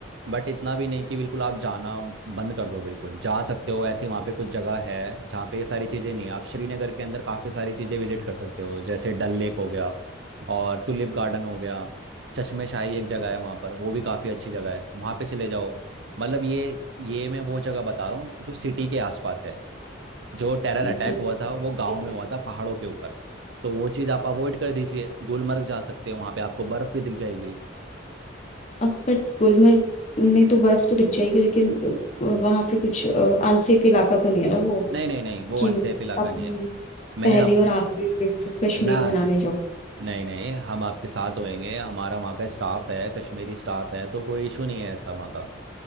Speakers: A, on the right (about 65°); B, on the left (about 35°).
A: बट इतना भी नहीं कि बिल्कुल आप जाना बंद कर दो बिल्कुल जा सकते हो ऐसी वहाँ पे कुछ जगह है जहाँ पे ये सारी चीज़ें नहीं है। आप श्रीनगर के अंदर काफ़ी सारी चीज़ें विजिट कर सकते हो जैसे डल लेक हो गया और टुलिप गार्डन हो गया चश्मे शाही एक जगह है वहाँ पर वो भी काफ़ी अच्छी जगह है वहाँ पे चले जाओ मतलब ये ये मैं वो जगह बता रहा हूँ जो सिटी के आसपास है जो टेरर
B: हम्म,
A: अटैक
B: तो
A: हुआ था वो
B: ठीक
A: गांव में
B: रहेगा।
A: हुआ था पहाड़ों के ऊपर तो वो चीज़ आप अवॉइड कर दीजिए गुलमर्ग जा सकते हो वहां पे आपको बर्फ भी दिख जाएगी
B: अब बट गुलमर्ग में तो बर्फ तो दिख जाएगी लेकिन वहां पे कुछ अनसेफ इलाका तो नहीं है ना वो
A: नहीं नहीं नहीं वो
B: कि
A: अनसेफ इलाका
B: अपनी
A: नहीं है मैंने
B: पहली
A: आप
B: और आखिरी ट्रिप कश्मीर
A: ना
B: मनाने जाओ
A: नहीं नहीं हम आपके साथ होएंगे हमारा वहाँ का स्टाफ है कश्मीरी स्टाफ है तो कोई इशू नहीं है ऐसा वहाँ का